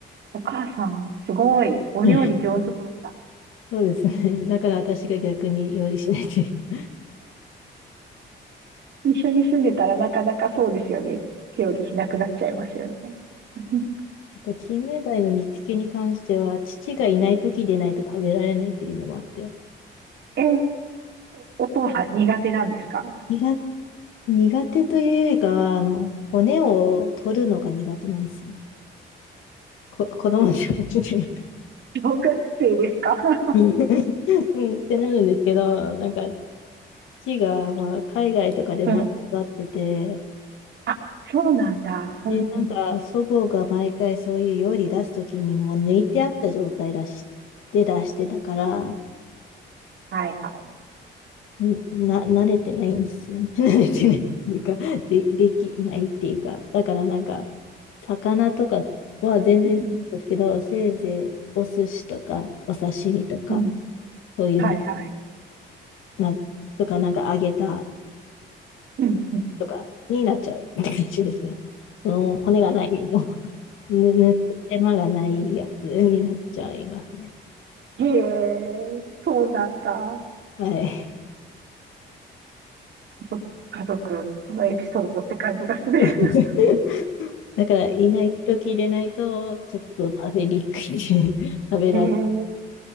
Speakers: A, on the right; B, on the left.
A: お母さん、すごい。お料理上手なんだ。
B: うん <laughs> そうですね。だから私が逆に料理しないっていう。
A: 一緒に住んでたらなかなかそうですよね。料理しなくなっちゃいますよね。<laughs>
B: <laughs> あと、金目鯛の煮付けに関しては、父がいない時でないと食べられないっていうのもあって。
A: え、お父さん苦手なんですか
B: 苦苦手というよりかは、あの、骨を取るのが苦手なんですよ。こ、<laughs> 子供じゃなくて。
A: 小学生ですか <laughs>
B: <laughs> うん、ってなるんですけど、なんか、父が、まあ、海外とかで生まれ育ってて、
A: うん。あ、そうなんだ。
B: で、
A: うんうん
B: なんか、祖母が毎回そういう料理出すときにもう抜いてあった状態出し、で出してたから、
A: はいはい。
B: んな、慣れてないんですよね。<laughs> 慣れてないっていうか、で、できないっていうか、だからなんか、魚とかは全然ですけど、
A: うん
B: せいぜいお寿司とか、お刺身とか、
A: うん
B: そういうの
A: はいはい。
B: な、とか、なんか揚げた
A: うんうん
B: とかになっちゃうって感じですね。そのもう骨がない、もう、ぬ、ぬ手間がないやつになっちゃいますね。
A: へえ、そうなんだ。
B: はい。
A: そ家族のエピソードって感じがする。<laughs>
B: <laughs> だから、いない時でないと、ちょっと食べにくい、<laughs> 食べら
A: へえ、うん